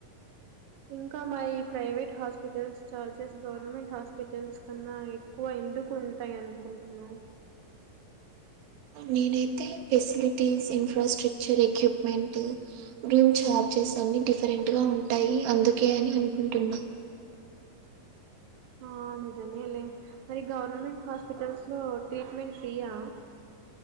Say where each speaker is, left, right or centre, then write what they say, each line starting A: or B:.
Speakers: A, on the right; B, on the right.
A: ఇంకా మరి private hospitals charges government hospitals కన్నా ఎక్ ఎక్కువ ఎందుకు ఉంటాయి అనుకుంటనవు
B: నేనైతే facilities infrastructure equipment room charges అన్ని డిఫరెంట్
A: మ్మ్
B: గా ఉంటాయి అందుకే అని అనుకుంటున్నా
A: ఆ నిజమే లే మరి గవర్నమెంట్ హాస్పిటల్స్ లో ట్రీట్మెంట్ ఫ్రీయా